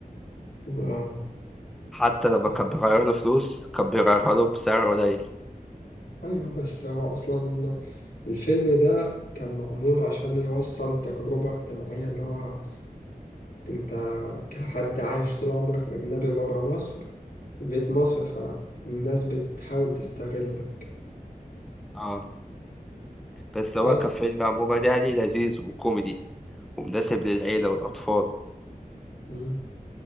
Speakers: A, on the left; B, in the centre.
A: اه
B: حتى لما
A: آه.
B: كان بيغير له فلوس كان بيغيرها له بسعر قليل
A: أيوه بس هو أصلا الفيلم ده كان معمول عشان يوصل تجربة اجتماعية اللي هو أنت كحد عايش طول عمرك أجنبي برا مصر وجيت مصر فالناس بتحاول تستغلك
B: اه بس هو
A: بس
B: كفيلم عموما يعني لذيذ وكوميدي ومناسب للعيلة والأطفال
A: مم.